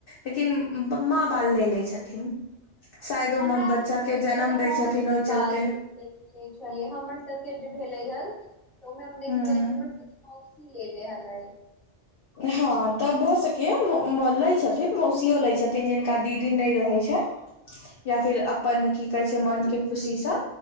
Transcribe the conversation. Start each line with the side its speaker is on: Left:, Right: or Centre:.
Left: लेकिन माँ बाल नइ ले छथिन शायद
Centre: हमरा
Left: ओमे बच्चा
Centre: सबके
Left: के
Centre: एतऽ
Left: जन्म
Centre: तऽ
Left: दै
Centre: मौसी
Left: छथिन ओहि
Centre: बाल
Left: चलते
Centre: देखे छलियै हमर सबके जे भेले हल तऽ हम देखलिय
Left: हूँ
Centre: मौसी लेले हले
Left: हँ तऽ भऽ सकैए लैय छथिन मौसियो लैय छथिन जिनका दीदी नइ रहै छै
Centre: <inaudible>
Left: या फिर अपन
Centre: हूँ,
Left: की कहे छै मन के खुशी स